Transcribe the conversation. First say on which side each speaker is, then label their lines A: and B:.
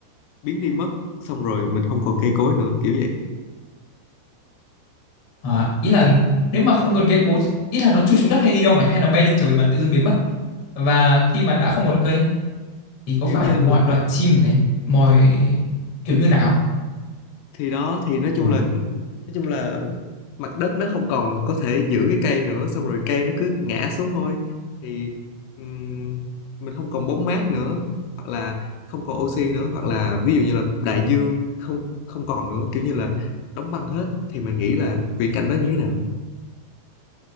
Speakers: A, on the left (about 80°); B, on the left (about 55°).
A: biến đi mất xong rồi mình không còn cây cối nữa kiểu vậy
B: À, ý là nếu mà không cần cây cối, ý là nó chui xuống đất hay đi đâu mày hay nó bay lên trời mà tự dưng biến mất. Và khi mà đã không còn cây thì có
A: kiểu
B: phải
A: như
B: là mọi
A: là-
B: loại chim này mọi kiểu như nào
A: thì đó thì nói chung
B: ờ
A: là nói chung là mặt đất nó không còn có thể giữ cái cây nữa xong rồi cây nó cứ ngã xuống thôi thì ừm, mình không còn bóng mát nữa hoặc là không còn oxy nữa hoặc là ví dụ như là đại dương không không còn nữa kiểu như là đóng băng hết thì mày nghĩ là viễn cảnh đó như thế nào